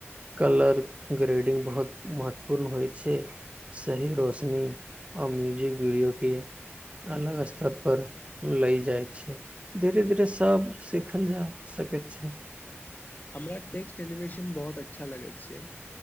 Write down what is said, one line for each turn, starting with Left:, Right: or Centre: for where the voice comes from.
Right: कलर ग्रैडिएंट बहुत महत्वपूर्ण होय छै सही रोशिनी अ म्यूजिक वीडियो के अलग अस्तर पर लै जाय छै धीरे-धीरे सब। सीखल जा सकैत छै।
Left: हमरा् टेक्स्ट ऐली मेंस लेकिन बहुत अच्छा लगई छै